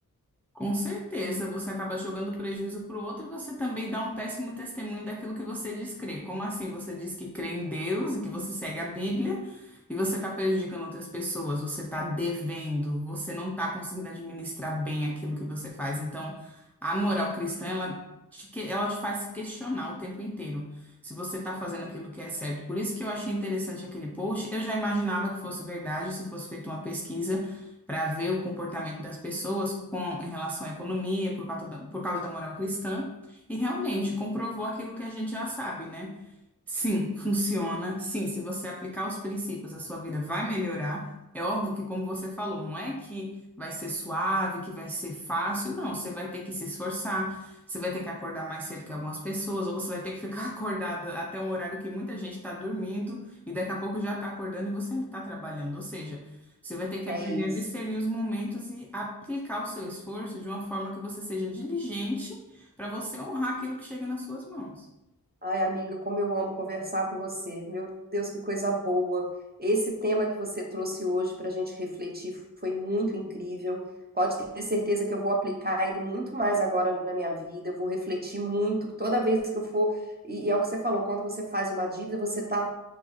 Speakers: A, in the centre; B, on the right.
A: Com certeza, você acaba jogando prejuízo para o outro e você também dá um péssimo testemunho daquilo que você diz crer. Como assim você diz que crê em Deus e que você segue a Bíblia e você está prejudicando outras pessoas, você está devendo, você não está conseguindo administrar bem aquilo que você faz. Então, a moral cristã, ela te, que- ela te faz se questionar o tempo inteiro se você está fazendo aquilo que é certo. Por isso que eu achei interessante aquele post. Eu já imaginava que fosse verdade, se fosse feita uma pesquisa para ver o comportamento das pessoas com, em relação à economia, por causa da, por causa da moral cristã, e realmente comprovou aquilo que a gente já sabe, né? Sim, funciona. Sim, se você aplicar os princípios, a sua vida vai melhorar. É óbvio que, como você falou, não é que vai ser suave, que vai ser fácil, não. Você vai ter que se esforçar, você vai ter que acordar mais cedo que algumas pessoas, ou você vai ter que ficar <laughs> acordada até um horário que muita gente está dormindo e daqui a pouco já está acordando e você ainda está trabalhando. Ou seja, você vai ter que
B: É
A: aprender
B: isso.
A: a discernir os momentos e aplicar o seu esforço de uma forma que você seja diligente para você honrar aquilo que chega nas suas mãos.
B: Ai, amiga, como eu amo conversar com você. Meu Deus, que coisa boa. Esse tema que você trouxe hoje para a gente refletir foi muito incrível. Pode ter certeza que eu vou aplicar ele muito mais agora na minha vida. Eu vou refletir muito toda vez que eu for. E, e é o que você falou: quando você faz uma dívida, você está